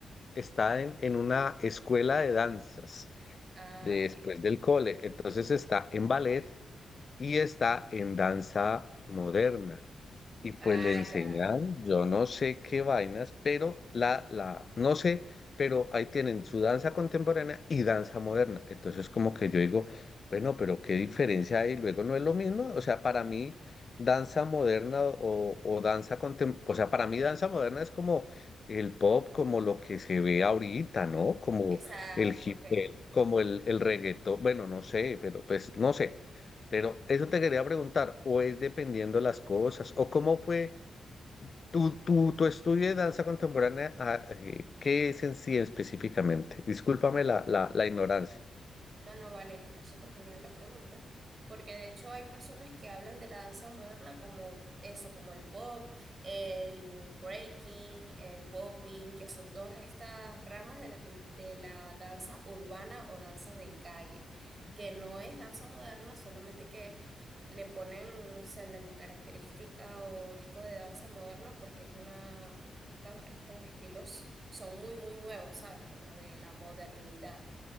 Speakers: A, on the left; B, on the right.
A: está en, en una escuela de danzas
B: Ah,
A: después
B: ok.
A: del cole. Entonces está en ballet y está en danza moderna. Y pues
B: Ah,
A: le enseñan,
B: ya.
A: yo no sé qué vainas, pero la, la, no sé, pero ahí tienen su danza contemporánea y danza moderna. Entonces como que yo digo, bueno, pero qué diferencia hay, luego no es lo mismo. O sea, para mí danza moderna o, o danza contemporánea, o sea, para mí danza moderna es como el pop, como lo que se ve ahorita, ¿no? Como
B: Exacto,
A: el hip,
B: ok.
A: el- como el, el reggaetón, bueno, no sé, pero pues no sé. Pero eso te quería preguntar, o es dependiendo las cosas, o cómo fue tu, tu, tu estudio de danza contemporánea, ah, eh, ¿qué es en sí específicamente? Discúlpame la, la, la ignorancia.
B: No, no, vale, está súper genial la pregunta, porque de hecho hay personas que hablan de la danza moderna como eso, como el pop, el breaking, el popping, que son todas estas ramas de la, cul- de la danza urbana o danza de calle, que no es danza moderna, solamente que le ponen, no sé, la característica o esto de danza moderna, porque es una, estos, estos estilos son muy, muy nuevos, ¿sabes? Como de la modernidad.